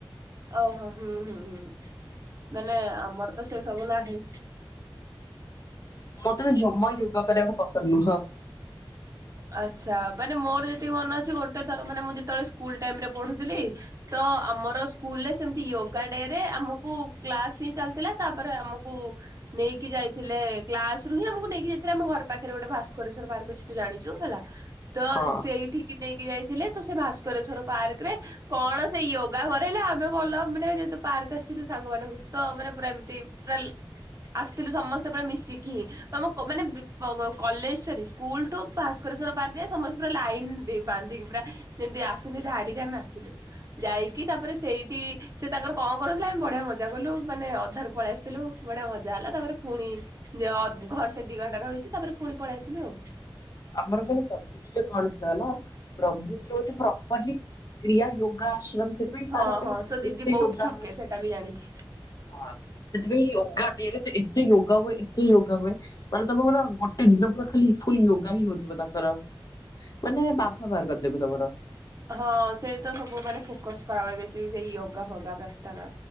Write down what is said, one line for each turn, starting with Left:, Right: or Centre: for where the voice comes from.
Right: ଓହୋ। ହୁଁ ହୁଁ ହୁଁ। ମାନେ ଆମର ତ ସେ ସବୁ ନାହିଁ।
Left: ମତେ ତ ଜମା ୟୋଗା କରିବାକୁ ପସନ୍ଦ ନୁହଁ।
Right: ଆଚ୍ଛା। ମାନେ ମୋର ଯେତିକି ମନ ଅଛି, ଗୋଟେ ଥର ମାନେ ମୁଁ ଯେତେବେଳେ ସ୍କୁଲ୍ ଟାଇମ୍ ରେ ପଢୁଥିଲି ତ ଆମର ସ୍କୁଲ୍ ରେ ସେମତି ୟୋଗା ଡେ ରେ, ଆମକୁ କ୍ଲାସ୍ ହିଁ ଚାଲିଥିଲା। ତାପରେ ଆମକୁ ନେଇକି ଯାଇଥିଲେ, କ୍ଲାସ୍ ରୁ ହିଁ ଆମକୁ ନେଇକି ଯାଇଥିଲେ। ଆମ ଘର ପାଖରେ ଗୋଟେ ଭାସ୍କରେଶ୍ଵର ପାର୍କ ଅଛି ତୁ ଜାଣିଛୁ? ହେଲା। ତ
Left: ହଁ।
Right: ସେଇଠିକି ନେଇକି ଯାଇଥିଲେ, ତ ସେ ଭାସ୍କରେଶ୍ଵର ପାର୍କ ରେ କଣ ସେ ୟୋଗା କରେଇଲା, ଆମେ ଭଲ ମାନେ ଯେହେତୁ ପାର୍କ ଆସିଥିଲୁ ସାଙ୍ଗମାନଙ୍କ ସହିତ ମାନେ ପୁରା ଏମତି ଟୁଆଲ୍ ଆସିଥିଲୁ ସମସ୍ତେ ପୁରା ମିଶିକି। ତମୁ କ ମାନେ ବି କଲେଜ୍ ସରି ସ୍କୁଲ୍ ଠୁ ଭାସ୍କରେଶ୍ଵର ପାର୍କ ରେ ସମସ୍ତେ ପୁରା ଲାଇନ୍ ଦେଇ, ବାନ୍ଧିକି ପୁରା। ଯେମିତି ଆସନ୍ତି ଧାଡିରେ ଆମେ ଆସିଲୁ। ଯାଇକି ତାପରେ ସେଇଠି ସେ ତାଙ୍କର କଣ କରୁଥିଲେ ଆମେ ବଢିଆ ମଜା କଲୁ ମାନେ ଅଧାରୁ ପଳେଇ ଆସିଥିଲୁ ବଢିଆ ମଜା ହେଲା ତାପରେ ପୁଣି ଯୋଉ ଅ ଘଣ୍ଟେ ଦି ଘଣ୍ଟା ରହିଛୁ ତାପରେ ପୁଣି ପଳେଇ ଆସିଲୁ ଆଉ।
Left: ଆମର ଖାଲି ପ୍ରଭୁଜୀରେ <unintelligible> ଥିଲାନା ପ୍ରଭୂଜୀ ହୋଉଛି ପ୍ରପରଲି କ୍ରିୟା ୟୋଗା ଆଶ୍ରମ ସେଥିପାଇଁ
Right: ହଁ
Left: ତାର ପାଇଁ
Right: ହଁ ତୋ ଦିଦି
Left: ଏତେ
Right: ବହୁତ
Left: ୟୋଗା
Right: ଠକେ
Left: ହୁଏ।
Right: ସେଇଟା ବି ଜାଣିଛି।
Left: ହଁ ସେଇଥିପାଇଁ ୟୋଗା ଡେ ରେ ତ ଏତେ ୟୋଗା ହୁଏ ଏତେ ୟୋଗା ହୁଏ ମାନେ ତମ ପୁରା ଗୋଟେ ଦିନ ପୁରା ଖାଲି ଫୁଲ ୟୋଗା ହିଁ ହଉଥିବ ତାଙ୍କର। ମାନେ ବାମ୍ଫ ବାହାର କରିଦେବେ ତମର।
Right: ହଁ ସେ ତ ସବୁ ମାନେ ଫୋକସ କରା ହୁଏ ବେଶି ସେଇ ୟୋଗା ଫୋଗା ପ୍ରାର୍ଥନା।